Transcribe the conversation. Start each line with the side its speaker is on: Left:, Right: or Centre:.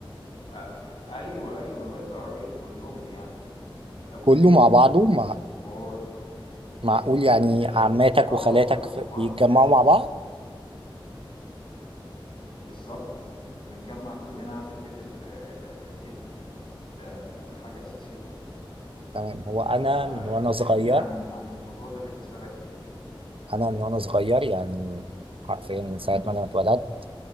Left: آه، أيوه أيوه القرايب كلهم يعني الأولاد
Right: كله مع بعضه
Left: والناس
Right: مع
Left: الكبار آه،
Right: معقول يعني
Left: الجد أو
Right: عماتك
Left: الجد آه
Right: وخالاتك
Left: كله
Right: في-
Left: مع بعضه
Right: بيتجمعوا
Left: لازم
Right: مع بعض
Left: بالضبط، بنتجمّع كلّنا في بيت ال الجد، ده حاجة أساسية،
Right: تمام هو انا
Left: فأنت
Right: من وانا صغير
Left: احكِ لي عن عن الموضوع ده بالنسبة لك إيه؟
Right: انا من وانا صغير يعني حرفيا من ساعه ما انا اتولدت